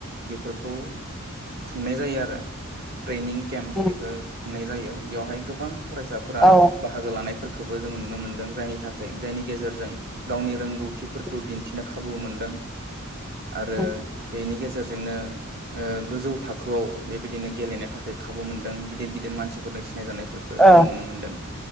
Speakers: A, on the right; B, in the centre.
A: बेफोरखौ खुंनाय जायो आरो ट्रेनिं केम्प
B: उम
A: बेखो खुंनाय जायो बेवहाय गोबां फरायसाफोरा
B: औ
A: बाहागो लानाय फोरखोबो जोङो नुनो मोनदों जायनि थाखाय जायनि गेजेरजों गावनि रोंगौथिफोरखौ
B: उम
A: दिन्थिनो खाबु मोनदों आरो
B: उम
A: बेनि गेजेराव गेजेरजोंनो ओ गोजौ थाखोआव बेबायदिनो गेलेनो थाखाय खाबु मोन्दों गिदिर गिदिर मानसिफोरनि सि नाय जानायफोरखो
B: औ
A: जोङो नुनो मोनदों।